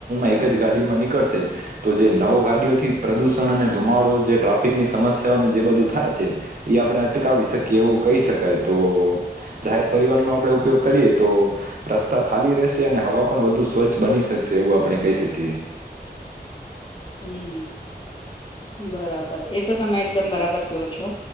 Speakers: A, on the right; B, on the left.
A: એક ગાડીમાં નીકળશે તો જે નવો ગાડીઓથી પ્રદુષણ અને ધુમાડો જે ટ્રાફિકની સમસ્યાઓને જે બધું થાય છે એ આપણે અટકાવી શકીએ એવું કહી શકાય તો જાહેર પરિવહનનો આપડે ઉપયોગ કરીએ તો રસ્તા ખાલી રહેશે અને હવા પણ વધુ સ્વચ્છ બની શકે વું આપણે કહી શકીએ
B: હમ બરાબર એ તો તમે એકદમ બરાબર કો છો